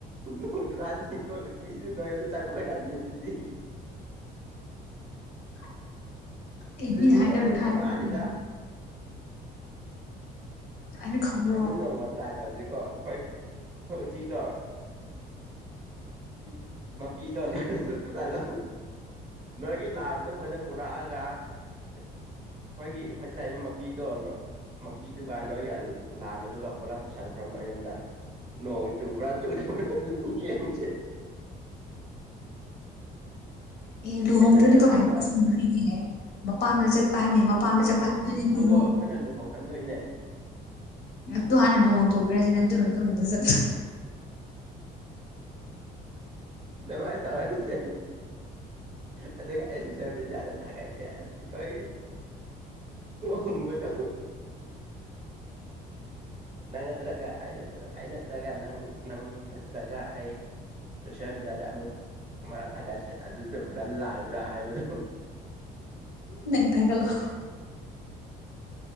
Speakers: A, on the right; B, on the left.
A: ꯈꯣ <unintelligible> ꯆꯨꯔꯛꯑꯗꯤ ꯀꯣꯏ ꯆꯤꯁꯨ ꯅꯣꯏꯉꯣꯟꯗ ꯆꯥꯔꯄ ꯑꯣꯏꯔꯝꯅꯤ ꯑꯗꯨꯗꯤ
B: <unintelligible> ꯑꯦ
A: ꯑꯗꯨꯗꯤ
B: ꯃꯤꯅ ꯍꯥꯏꯅꯕ
A: ꯑꯣꯏꯔꯣꯏꯗꯕꯋꯥꯅꯤꯗ
B: ꯍꯥꯏꯕꯅꯤ ꯀꯩꯅꯣ ꯑꯩꯅ ꯈꯪꯕ꯭ꯔꯣ
A: ꯑꯗꯨꯗꯤ ꯅꯣꯡꯃ ꯇ꯭ꯔꯥꯏ ꯇꯧꯁꯤꯀꯣ ꯑꯩꯈꯣꯏ ꯑꯩꯈꯣꯏ ꯎꯆꯤꯗꯣ
B: ꯎꯝ
A: ꯃꯥ ꯄꯤ ꯗꯣ <unintelligible> ꯄꯨꯁꯂ ꯅꯣꯏꯒꯤ ꯂꯥꯕꯗ ꯑꯩꯈꯣꯏꯗ ꯄꯨꯔꯛꯑꯒ ꯑꯩꯈꯣꯏꯒꯤ ꯑꯩꯈꯣꯏꯗ ꯂꯥꯛꯏꯕ ꯃꯄꯤꯗꯣ ꯃꯄꯤꯗꯨꯒ ꯅꯣꯏꯒꯤ ꯂꯥꯕꯗꯨꯒ ꯄꯨꯂꯞ ꯄꯨꯁꯟꯈ꯭ꯔꯣ ꯅ ꯌꯣꯝꯗ ꯅꯣꯡ ꯆꯨꯕ꯭ꯔꯥ ꯆꯨꯔꯤꯕ꯭ꯔꯥ ꯑꯗꯨ ꯌꯦꯡꯁꯦ
B: ꯑꯦ ꯂꯨꯍꯣꯡꯗ꯭ꯔꯗꯤ
A: ꯑꯩꯅ ꯍꯥꯏꯔꯛꯀꯦꯕ
B: ꯀꯃꯥꯏꯅ ꯄꯨꯁꯟꯈꯔꯤꯒꯦ ꯃꯄꯥꯝꯗ ꯆꯠꯄ ꯍꯥꯏꯕꯅꯤ ꯃꯄꯥꯝꯗ ꯆꯠꯄ ꯍꯥꯏꯕꯗꯨ ꯂꯨꯍꯣ
A: ꯗꯣ ꯑꯩꯈꯣꯏꯅ ꯂꯨꯍꯣꯡꯍꯟꯗꯣꯏꯅꯦ
B: ꯑꯗꯨ ꯍꯥꯟꯅ ꯂꯨꯣꯡꯊꯣꯛꯄꯤꯔꯁꯤꯅꯦ ꯑꯗꯨꯒꯤ ꯃꯇꯨꯡ ꯃꯇꯨꯡ ꯆꯠꯂ
A: ꯃꯥꯏꯅ ꯇꯧꯔꯁꯦ ꯑꯗꯨꯒ ꯑꯩ ꯁꯣꯁꯤꯜ ꯃꯦꯗꯤꯌꯥꯗ ꯊꯥꯒꯥꯏꯀꯦ ꯑꯩꯈꯣꯏ ꯇꯨꯃꯣꯏꯗ
B: <unintelligible>
A: ꯅꯪ ꯅꯠꯇ꯭ꯔꯒ ꯑꯩ ꯑꯩ ꯅꯠꯇ꯭ꯔꯒ ꯅꯪ ꯅꯪ ꯅꯠꯇ꯭ꯔꯒ ꯑꯩ ꯁꯣꯁꯤꯌꯦꯜ ꯃꯦꯗꯤꯌꯥꯗ ꯑꯃꯨꯛ ꯑꯃ ꯊꯥꯒꯠꯁꯦ ꯑꯗꯨ ꯆꯨꯝꯕ꯭ꯔꯥ ꯂꯥꯛꯑꯕ꯭ꯔꯥ ꯍꯥꯏꯕꯗꯣ
B: ꯅꯪ ꯊꯒꯂꯣ